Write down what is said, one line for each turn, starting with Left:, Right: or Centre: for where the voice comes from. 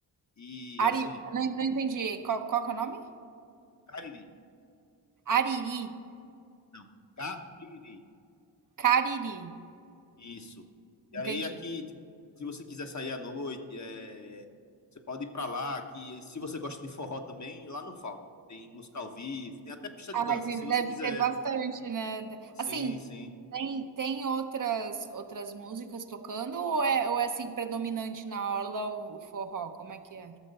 Left: E
Right: Ari,
Left: assim,
Right: não, não entendi. Qual, qual que é o nome?
Left: Cariri,
Right: Ariri.
Left: não, Cariri.
Right: Cariri,
Left: Isso. E
Right: entendi.
Left: aí aqui, tipo, se você quiser sair à noite, é, você pode ir pra lá, que se você gosta de forró também, lá não falta. Tem música ao vivo, tem até pista
Right: Ai,
Left: de dança,
Right: tem
Left: se você
Right: deve
Left: quiser.
Right: ter bastante, né. De
Left: Sim,
Right: assim,
Left: sim.
Right: tem tem outras outras músicas tocando ou é ou é, assim, predominante na orla o o forró, como é que é?